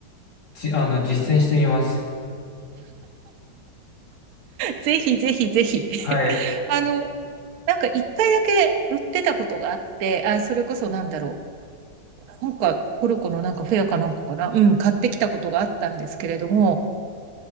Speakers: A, on the left (about 65°); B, on the right (about 65°).
A: じ、あの、実践してみます。
B: ぜひぜひぜひ。<laughs>
A: はい。
B: あの、なんか一回だけ売ってたことがあって、あ、それこそなんだろう。なんかトルコのなんかフェアかなんかかな。うん、買ってきたことがあったんですけれども、